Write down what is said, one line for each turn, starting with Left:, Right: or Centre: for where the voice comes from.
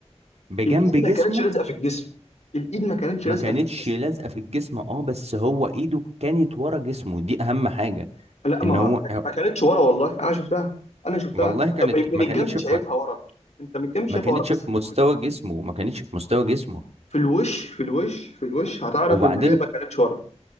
Right: بجنب
Left: الايد
Right: جسمه
Left: ما كانتش لازقه في الجسم الايد ما كانتش
Right: ما
Left: لازقه
Right: كانتش
Left: في الجسم
Right: لازقه في الجسم اه بس هو ايده كانت ورا جسمه دي اهم حاجه
Left: لا ما
Right: ان هو
Left: ما كانتش ورا والله انا شفتها انا شفتها
Right: والله
Left: انت
Right: كانت
Left: من
Right: ما
Left: من
Right: كانتش
Left: الجنب شايفها
Right: في
Left: ورا انت من الجنب شايفها
Right: ما كانتش
Left: ورا بس
Right: في
Left: انت
Right: مستوى جسمه ما كانتش في مستوى جسمه
Left: في الوش في الوش في الوش هتعرف
Right: وبعدين
Left: ان هي ما كانتش ورا